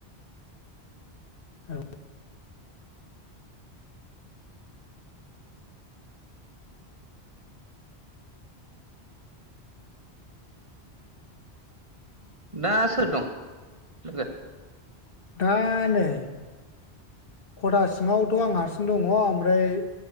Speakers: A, on the left; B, on the right.
A: औ
B: दा सोर दं <unintelligible>
A: दा नै खथा सिङावथ आं हारसिं दङ ओमफ्राय